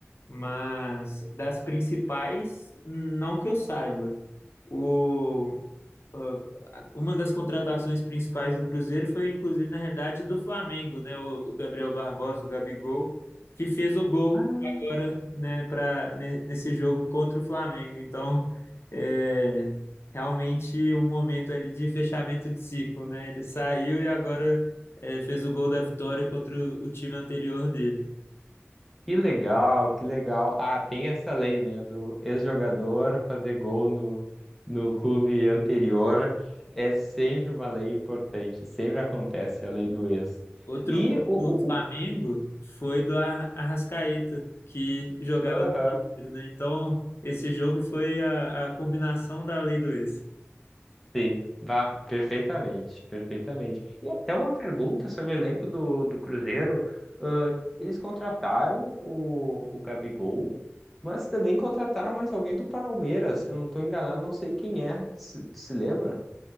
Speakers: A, on the left (about 60°); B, in the centre.
A: mas das principais, não que eu saiba. O, ah, uma das contratações principais do Cruzeiro foi, inclusive, na realidade, do Flamengo, né? O, o Gabriel Barbosa, o Gabigol, que fez o gol
B: Ah,
A: agora, né, pra, ne- nesse jogo contra o Flamengo. Então, é realmente um momento ali de fechamento de ciclo, né? Ele saiu e agora é, fez o gol da vitória contra o o time anterior dele.
B: que legal, que legal. Ah, tem essa lei, né, do ex-jogador fazer gol no, no clube anterior. É sempre uma lei importante, sempre acontece a lei do ex.
A: Outro
B: E
A: gol
B: o,
A: do Flamengo
B: o, o,
A: foi do Ar- Arrascaeta, que jogava
B: aham.
A: no Cruzeiro, né? Então, esse jogo foi a, a combinação da Lei do ex.
B: Sim, vá, perfeitamente, perfeitamente. E até uma pergunta sobre o elenco do, do Cruzeiro. Ah, eles contrataram o, o Gabigol, mas também contrataram mais alguém do Palmeiras. Eu não estou enganado, não sei quem é. Se, se lembra?